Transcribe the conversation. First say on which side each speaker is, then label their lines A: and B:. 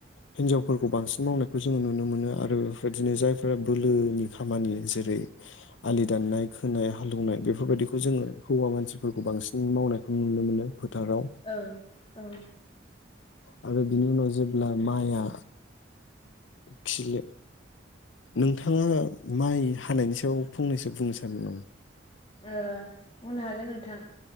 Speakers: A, on the left (about 80°); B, on the left (about 30°).
A: हिनजावफोरखौ बांसिन मावनायखौ जोङो नुनो मोनो आरो बेफोरबायदिनो जायफोरा बोलोनि खामानि जेरै आलि दाननाय खोनाय हालौनाय बेफोरबायदिखौ जोङो हौवा मानसिफोरखौ बांसिन मावनायखौ नुनो मोनो। फोथाराव
B: ओं ओं
A: आरो बिनि उनाव जेब्ला माइआ खिलि नोंथाङा माइ हानायनि सायाव फंनैसो बुंनो सानो नामा?
B: ओ बुंनो हागोन नोंथां।